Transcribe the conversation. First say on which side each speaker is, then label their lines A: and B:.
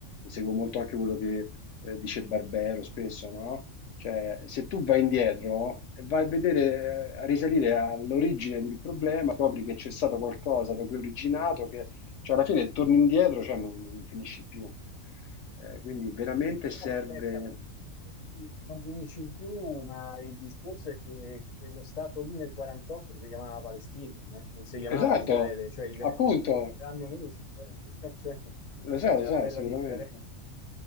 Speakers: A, on the left; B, on the left.
A: seguo molto anche quello che eh, dice Barbero spesso, no? Cioè, se tu vai indietro e vai a vedere, eh, a risalire all'origine del problema, scopri che c'è stato qualcosa da cui è originato, che cioè, alla fine torni indietro, cioè non, non finisci più. Eh, quindi veramente
B: Eh, Però
A: serve...
B: aspetta, perché non finisci più, ma il discorso è che quello stato lì nel 48 si chiamava Palestina, eh, Non si chiamava
A: Esatto,
B: Israele, cioè Israele
A: appunto,
B: l'hanno messo, eh, <laughs> cioè, è
A: lo so, lo
B: una
A: so,
B: bella
A: assolutamente.
B: differenza.